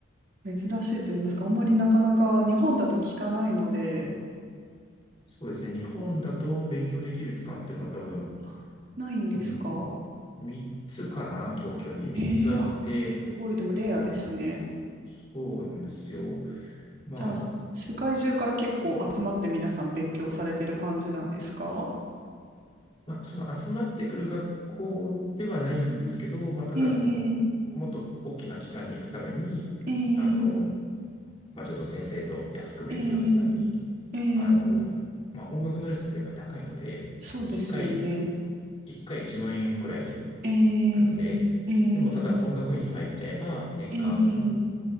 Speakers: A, on the right; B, on the left.
A: 珍しいと言いますか、あんまりなかなか日本だと聞かないので、
B: そうですね。日本だと勉強できる期間っていうのは多分、
A: あ、ないんですか
B: うん、3つかな、東京に3つあって、
A: ええあ、すごい。でもレアですね。
B: そうなんですよ。まあ、
A: じゃあ、世界中から結構集まって皆さん勉強されてる感じなんですか
B: まあ、その集まってくる学校ではないんですけど、まあ、ただその、
A: ええ
B: もっと大きな機関に行くために、
A: ええ
B: あの、まあ、ちょっと先生と安く勉強するために、
A: ええええ
B: あの、まあ、音楽のレッスンってやっぱ高いので、
A: そうですよね。
B: 1回、一回1万円くらいい
A: ええ
B: くので、でもただ音楽院に入っちゃえば、
A: ええ
B: 年間、
A: ええ